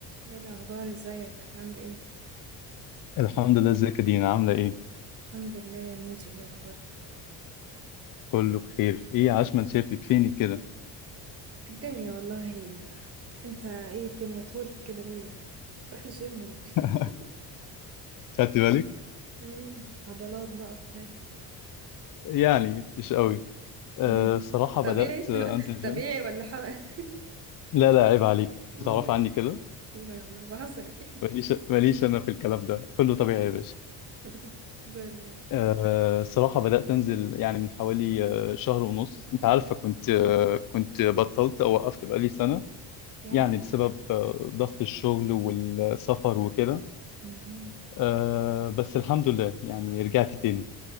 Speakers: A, on the right; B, on the left.
A: ايه الاخبار ازيك عامل ايه
B: الحمد لله ازيك يا دينا عاملة ايه؟
A: الحمد لله مودي ايه اخبارك
B: كله بخير ايه عشمان شافك فينك كده؟
A: في الدنيا والله انت ايه الدنيا طولت كده ليه تروح الجيم ولا ايه
B: <laughs>
A: <laughs>
B: خدت بالك؟
A: مم، عضلات بقى وبتاع
B: يعني مش قوي أه
A: مم.
B: صراحة
A: طبيعي
B: بدأت
A: ط-
B: آه، انزل جيم
A: طبيعي ولا حقن
B: لا لا عيب عليك
A: <laughs> مم.
B: تعرف عني كده
A: لا والله بهزر اكيد
B: ماليش ماليش انا في الكلام ده كله طبيعي يا باشا
A: <laughs> زي الفل
B: أه صراحة بدأت انزل يعني من حوالي آه، شهر ونص انت عارفة كنت آه، كنت بطلت او وقفت بقالي سنة
A: يا
B: يعني بسبب آه، ضغط الشغل والسفر وكده
A: مهم.
B: أه بس الحمد لله يعني رجعت تاني